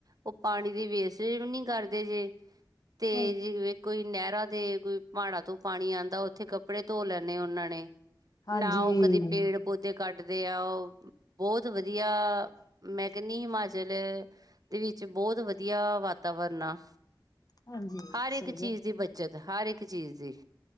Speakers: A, on the right (about 50°); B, on the left (about 50°).
A: ਉਹ ਪਾਣੀ ਦੀ ਵੇਸਟਜ ਵੀ ਨੀ ਕਰਦੇ ਜੇ। ਤੇ
B: ਹਮ,
A: ਜਿਵੇ ਕੋਈ ਨਹਿਰਾਂ ਤੇ ਕੋਈ ਪਹਾੜਾਂ ਤੋਂ ਪਾਣੀ ਆਦਾ ਉੱਥੇ ਕੱਪੜੇ ਧੋ ਲੈਣੇ ਉਹਨਾਂ ਨੇ
B: ਹਾਂਜੀ
A: ਨਾ ਉਹ ਕਦੀ ਪੇੜ ਪੌਦੇ ਕੱਟਦੇ ਆ। ਉਹ ਬਹੁਤ ਵਧੀਆ। ਮੈਂ ਕਹਿੰਨੀ ਆ ਹਿਮਾਚਲ ਦੇ ਵਿੱਚ ਬਹੁਤ ਵਧੀਆ ਵਾਤਾਵਰਨ ਆ।
B: ਹਾਂਜੀ
A: ਹਰ ਇੱਕ
B: ਸਹੀ
A: ਚੀਜ਼
B: ਗੱਲ
A: ਦੀ ਬੱਚਤ ਹਰ ਇੱਕ ਚੀਜ਼ ਦੀ